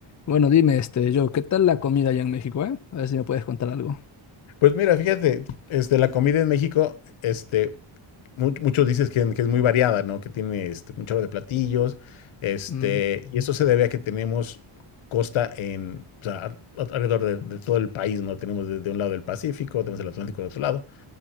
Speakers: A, on the left (about 35°); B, on the left (about 80°).
A: Bueno, dime, este, Joe, ¿qué tal la comida allá en México, eh? A ver si me puedes contar algo.
B: Pues mira, fíjate, este, la comida en México, este, mu- muchos dices que, que es muy variada, ¿no? Que tiene este, un chorro de platillos, este,
A: Mm,
B: y esto se debe a que tenemos costa en, o sea, a- alrededor de, de todo el país, ¿no? Tenemos de, de un lado el Pacífico, tenemos el Atlántico del otro lado.